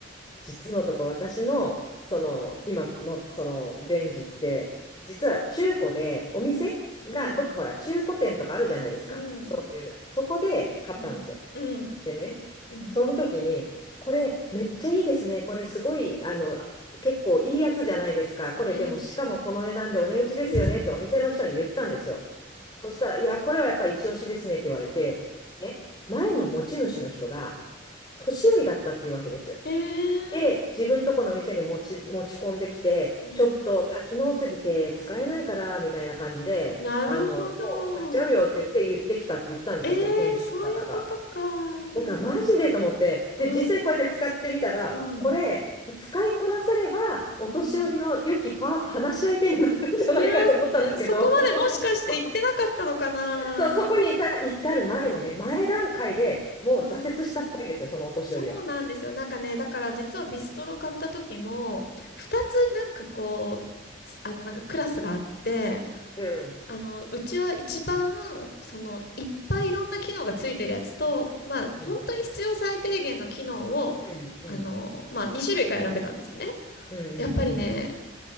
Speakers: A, on the left (about 25°); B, on the left (about 60°).
A: 実のとこ私の、その、今のその、デンジって、実は中古でお店が、
B: うん、
A: どっかほら、中古店とかあるじゃないですか。
B: うん、うん、
A: そういう、そこで買ったんですよ。
B: うん、うん、
A: でね、
B: うん、
A: その時に、これめっちゃいいですね。これすごい、あの、結構いいやつじゃないですか。これでも、
B: うん、うん。
A: しかもこの値段でお値打ちですよねってお店の人に言ったんですよ。
B: <laughs>
A: そしたら、いや、これはやっぱ一押しですねって言われて、ね、前の持ち主の人が年寄りだったっていうわけですよ。
B: えー、
A: で、自分とこの店に持ち、持ち込んできて、
B: うん、
A: ちょっと多機能すぎて使えないから、
B: うん。
A: みたいな感じで、
B: なるほど。
A: あの、もう売っちゃうよって言って言ってきたって言ったんですよ、
B: えー、
A: その店主の方が。
B: そういうことか。うん、
A: だからマジでと思って、で、
B: う
A: 実際こうやって使ってみたら、
B: ん、
A: これ、使いこなせれば、お年寄りの良きパート、
B: うん。
A: 話し相手になるんじゃないかと思ったんですけど、
B: いやー、そこまでもしかして言ってなかったのかな。
A: <laughs> そそうそこに至至る前のね、前段階でもう挫折したっぽいんですよ、
B: はあ、
A: そのお年寄りは。
B: そうなんですよ。なんかね、だから実はビストロ買った時も、2つなんかこう、すあのなんかクラスがあって、
A: うん。
B: あの、うちは一番、その、いっぱいいろんな機能がついてるやつと、まあ、
A: うん。
B: 本当に必要最低限の機能を、
A: うん。うん。
B: あの、まあ、2種類から選べたんですよね。
A: うん。うん。
B: やっぱりね、
A: うん。うん